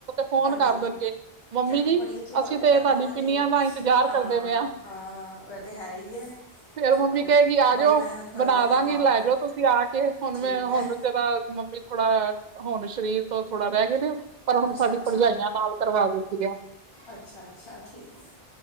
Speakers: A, on the right; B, on the left.
A: ਫੋਨ
B: ਹਾਂਜੀ
A: ਕਰ ਦੇਣਗੇ, ਮੰਮੀ
B: ਚਲੋ
A: ਜੀ
B: ਬੜੀ ਅੱਛੀ ਗੱਲ
A: ਅਸੀਂ
B: ਹੈ
A: ਤੇ
B: ਕਰਮਾਂ
A: ਤੁਹਾਡੀ
B: ਵਾਲੇ
A: ਪਿੰਨੀਆਂ
B: ਹੋ
A: ਦਾ ਇੰਤਜ਼ਾਰ।
B: ਹਾਂ
A: ਕਰਦੇ ਪਏ ਆ
B: ਹਾਂ ਇਹ ਤਾਂ ਹੈ ਹੀ ਹੈ
A: ਫੇਰ
B: ਚਲੋ
A: ਮੰਮੀ ਕਹੇਗੀ ਆ
B: ਬੜੀ
A: ਜਾਓ
B: ਮਿਹਨਤ ਕਰਦੇ
A: ਬਣਾ
B: ਨੇ
A: ਦਵਾਂਗੀ
B: ਹਾਂ
A: ਲੈ ਜਾਓ ਤੁਸੀਂ ਆ ਕੇ ਹੁਣ
B: ਠੀਕ
A: ਮੈਂ ਹੁਣ
B: ਹੈ
A: ਥੋੜ੍ਹਾ ਮੰਮੀ ਥੋੜਾ ਹੁਣ ਸਰੀਰ ਤੋਂ ਥੋੜਾ ਰਹਿ ਗਏ ਨੇ, ਪਰ ਹੁਣ
B: ਅੱਛਾ
A: ਸਾਡੀ
B: ਅੱਛਾ
A: ਭਰਜਾਈਆਂ ਨਾਲ ਕਰਵਾ ਦਿੰਦੀਆ
B: ਅੱਛਾ, ਅੱਛਾ ਠੀਕ ਹੈ